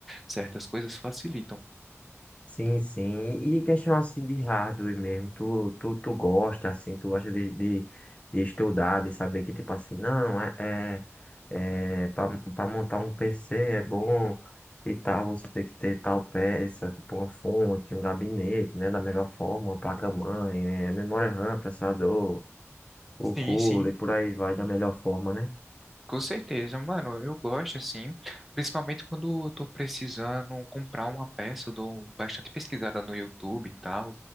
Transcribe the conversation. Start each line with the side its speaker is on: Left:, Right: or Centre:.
Centre: certas coisas facilitam.
Left: Sim, sim. E questão assim de hardware mesmo. Tu, tu, tu gosta, assim, tu gosta de, de, de estudar, de saber que, tipo assim, não, é, é, é para para montar um PC é bom e tal, você tem que ter tal peça, tipo uma fonte, um gabinete, né? Da melhor forma, uma placa-mãe, é, memória RAM, processador. o
Centre: Sim,
Left: cooler
Centre: sim.
Left: e por aí vai da melhor forma, né?
Centre: Com certeza, mano, eu gosto assim, principalmente quando eu tô precisando comprar uma peça, eu dou bastante pesquisada no YouTube e tal,